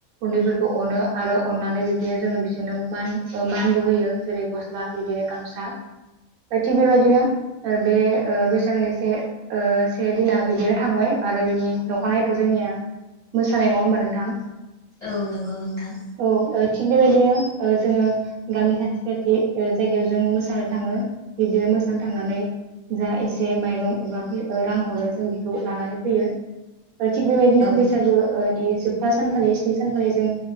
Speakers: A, on the right; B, on the left.
A: उन्दैफोरखौ अनो आरो अननानै बिब्दिनो जोङो बिसोरनो मान ओ मानबो होयो जेरै गस्ला बिदिनो गामसा थिग बेबायदिनो ओ बे ओ बैसागोनि से ओ से दिना बिदिनो थांबाय आरो बिनि दखानायथ जोंनिया मोसानाय नङा होमबा नोंथां
B: औ नंगौ नोंथां
A: औ ओ थिगबेबायदिनो ओ जोङो गामि खाथि खाथि ओ जायगायाव जों मोसानो थाङो बिदिनो मोसानो थांनानै जा एसे माइरं एबा रां हरो जों बेखौ लानानै फैयो थिग बेबायदिनो
B: औ
A: बैसागो ओ नि जोब था सानखालि स्नि सानखालि जों